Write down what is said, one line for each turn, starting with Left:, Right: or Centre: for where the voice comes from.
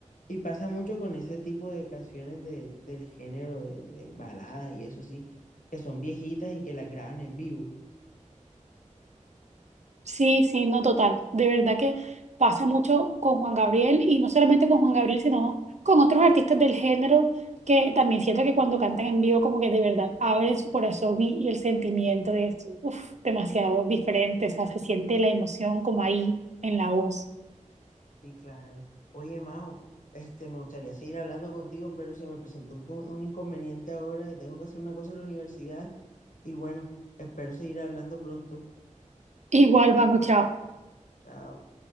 Left: Y pasa mucho con ese tipo de canciones de, del género de, de baladas y eso sí, que son viejitas y que las graban en vivo.
Right: Sí, sí, no total. De verdad que pasa mucho con Juan Gabriel y no solamente con Juan Gabriel, sino con otros artistas del género que también siento que cuando cantan en vivo como que de verdad abren su corazón y, y el sentimiento es uf, demasiado diferente, o sea, se siente la emoción como ahí en la voz.
Left: Sí, claro. Oye, Mao, este, me gustaría seguir hablando contigo, pero se me presentó un, un inconveniente ahora, que tengo que hacer una cosa en la universidad y bueno, espero seguir hablando pronto.
Right: Igual, vamos, chao.
Left: Chao.